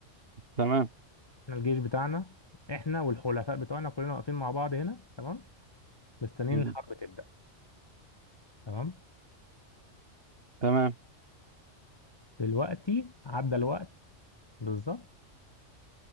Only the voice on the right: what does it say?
تمام
مم.
تمام